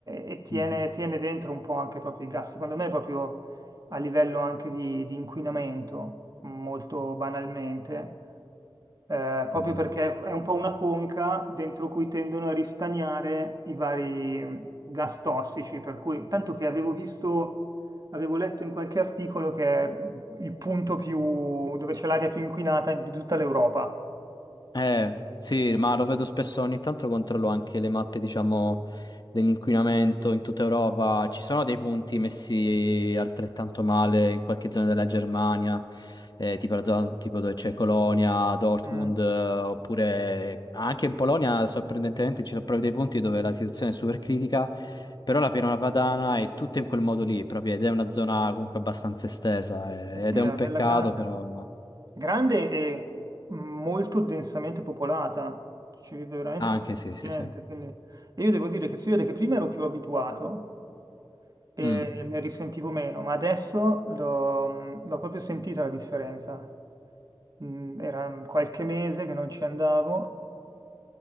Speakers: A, on the right; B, on the left.
A: e tiene,
B: Mhm.
A: tiene dentro un po' anche proprio i gas. Secondo me proprio a livello anche di, di inquinamento, molto banalmente, eh, proprio
B: Eh,
A: perché è un po' una conca dentro cui tendono a ristagnare i vari gas tossici, per cui tanto che avevo visto, avevo letto in qualche articolo che è il punto più dove c'è l'aria più inquinata di tutta l'Europa.
B: Eh, sì, ma lo vedo spesso, ogni tanto controllo anche le mappe, diciamo, dell'inquinamento in tutta Europa. Ci sono dei punti messi altrettanto male in qualche zona della Germania, eh, tipo la zona tipo dove c'è Colonia, Dortmund,
A: Mm.
B: eh, oppure anche in Polonia, sorprendentemente, ci sono proprio dei punti dove la situazione è super critica, però la Pianura Padana è tutto in quel modo lì, proprio, ed è una zona comunque abbastanza estesa, eh,
A: Eh sì,
B: ed è
A: è
B: un peccato,
A: bella grande.
B: però...
A: Grande e molto densamente popolata. Ci vive veramente
B: Anche
A: un sacco
B: sì, sì,
A: di gente.
B: sì.
A: quindi- E io devo dire che si vede che prima ero più abituato e
B: Mm.
A: ne risentivo meno, ma adesso l'ho l'ho proprio sentita la differenza. Mm, Era qualche mese che non ci andavo.